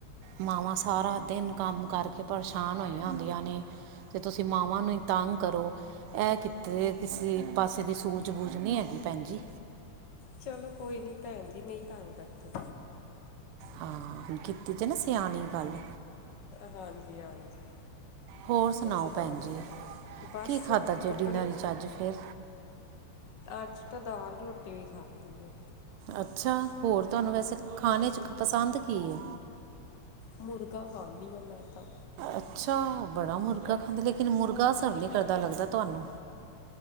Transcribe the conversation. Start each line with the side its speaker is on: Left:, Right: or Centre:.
Right: ਮਾਵਾਂ ਸਾਰਾ ਦਿਨ ਕੰਮ ਕਰਕੇ ਪਰੇਸ਼ਾਨ ਹੋਈਆਂ ਹੁੰਦੀਆਂ ਨੇ ਤੇ ਤੁਸੀਂ ਮਾਵਾਂ ਨੂੰ ਹੀ ਤੰਗ ਕਰੋ ਇਹ ਕਿਤੇ ਕਿਸੇ ਪਾਸੇ ਦੀ ਸੂਝ ਬੂਝ ਨਹੀਂ ਹੈਗੀ ਭੈਣ ਜੀ
Left: ਚਲੋ ਕੋਈ ਨੀ ਭੈਣ ਜੀ ਨਹੀਂ ਤੰਗ ਕਰਦੇ
Right: ਹਾਂ ਕੀਤੀ ਜਾ ਨਾ ਸਿਆਣੀ ਗੱਲ
Left: ਹਾਂਜੀ ਹਾਂਜੀ
Right: ਹੋਰ ਸੁਣਾਓ
Left: ਸੁਣਾਓ
Right: ਭੈਣ ਜੀ
Left: ਬਸ
Right: ਕੀ ਖਾਧਾ ਜੇ
Left: ਕੱਪੜੇ
Right: ਡਿਨਰ ਚ ਅੱਜ ਫਿਰ
Left: ਅੱਜ ਤਾਂ ਦਾਲ ਰੋਟੀ ਵੀ ਖਾਧਦੀ ਆ
Right: ਅੱਛਾ ਹੋਰ ਤੁਹਾਨੂੰ ਵੈਸੇ ਖਾਣੇ ਚ ਪਸੰਦ ਕੀ ਹੈ
Left: ਮੁਰਗਾ ਖਾਂਦੀ ਹਾਂ ਮੈਂ ਤਾਂ
Right: ਅੱਛਾ ਬੜਾ ਮੁਰਗਾ ਖਾਂਦਾ ਲੇਕਿਨ ਮੁਰਗਾ ਅਸਰ ਨਹੀਂ ਕਰਦਾ ਲੱਗਦਾ ਤੁਹਾਨੂੰ